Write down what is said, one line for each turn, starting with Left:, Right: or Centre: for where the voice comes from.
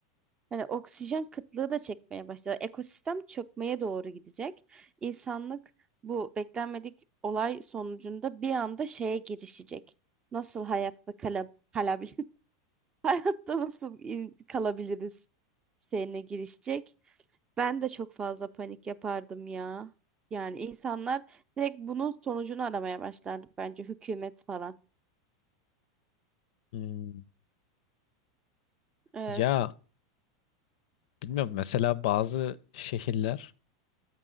Right: Yani oksijen kıtlığı da çekmeye başladı. Ekosistem çökmeye doğru gidecek. İnsanlık bu beklenmedik olay sonucunda bir anda şeye girişecek. Nasıl hayatta kala, kalabilir? <laughs> Hayatta nasıl in- kalabiliriz şeyine girişecek. Ben de çok fazla panik yapardım ya. Yani insanlar direkt bunun sonucunu aramaya başlardı bence hükümet falan.
Left: Hmm,
Right: Evet.
Left: Ya bilmiyorum. Mesela bazı şehirler,